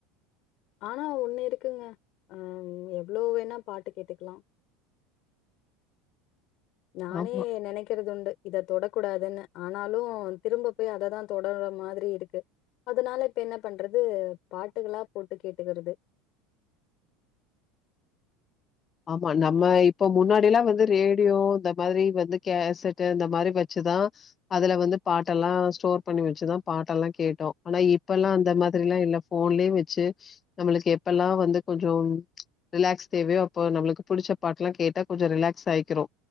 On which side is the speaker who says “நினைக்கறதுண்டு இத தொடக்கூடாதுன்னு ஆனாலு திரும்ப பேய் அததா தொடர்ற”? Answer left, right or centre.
Left